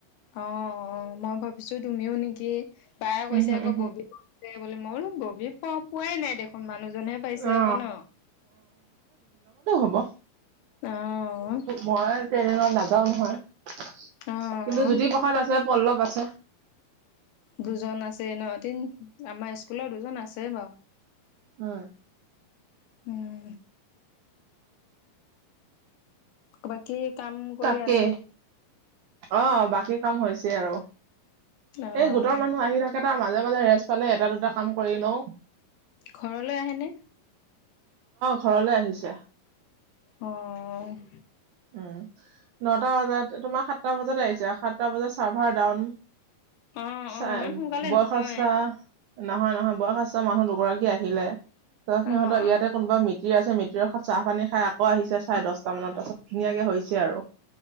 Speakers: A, on the left (about 85°); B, on the right (about 85°).
A: অ', অ' মই ভাবিছোঁ তুমিও নেকি। বাই কৈছে
B: উমহু
A: আকৌ
B: উমহু
A: <unintelligible> বুলি। মই বোলো ববিয়ে পোৱা, পোৱাই নাই দেখোন মানুহজনহে পাইছে
B: অ
A: আকৌ ন।
B: ম, মো,
A: অ',
B: মই ট্ৰেইনত নাযাওঁ নহয়। কিন্তু
A: অ',
B: জ্যোতিপ্ৰসাদ আছে, পল্লৱ আছে।
A: দুজন আছে ন। তিন, আমাৰ স্কুলৰ দুজন আছেই বাও।
B: উ।
A: উম, অ' বাকী কাম কৰি
B: তাকে।
A: আজৰি
B: অ' বাকী কাম হৈছে আৰু।
A: অ',
B: এই গোটৰ মানুহ আহি থাকে তা মাজে মাজে ৰেচ পালে এটা দুটা কাম কৰি লওঁ।
A: ঘৰলৈ আহেনে?
B: ঘৰলৈ আহিছে।
A: অ'।
B: উ নটা বজাত, তোমা সাতটা বজাতে আহিছে। সাতটা বজাত চাৰ্ভাৰ ডাউন।
A: অ', অ',
B: চাই,
A: ইমান সোনকালে
B: বয়সস্থ।
A: নহয়
B: নহয় নহয় বয়সস্থ মানুহ দুগৰাকী আহিলে, ত' সিহঁত
A: অ',
B: ইয়াতে
A: অ',
B: কোনোবা মিতিৰ আছে মি সিয় ঘত চাহ পানী খাই আকৌ আহিছে চাই দছটা মানত, তাছত ধুনীয়াকে হৈছে আৰু।